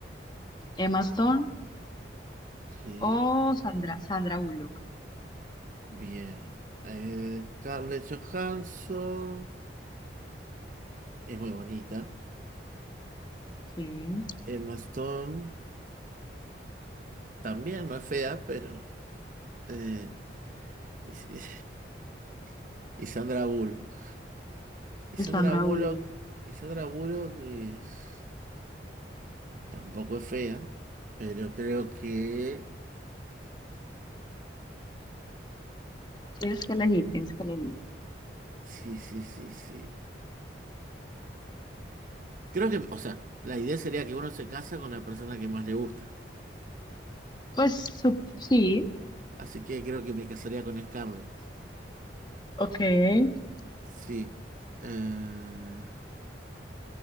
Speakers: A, on the left (about 25°); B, on the right (about 45°).
A: Emma Stone
B: sí,
A: o Sandra, Sandra Bullock.
B: bien. Eh, Scarlett Johansson es muy bonita.
A: Sí,
B: Emma Stone también, no es fea, pero. eh, y, y- <laughs> y Sandra Bullock. Y Sandra
A: Sandra
B: Bullock,
A: Bullock.
B: y Sandra Bullock es. Tampoco es fea, pero creo que
A: Tienes que elegir, tienes que elegir.
B: sí, sí, sí, sí. Creo que, o sea, la idea sería que uno se casa con la persona que más le gusta.
A: Pues sup- sí,
B: Así que creo que me casaría con Scarlett.
A: ok.
B: Sí. Eh,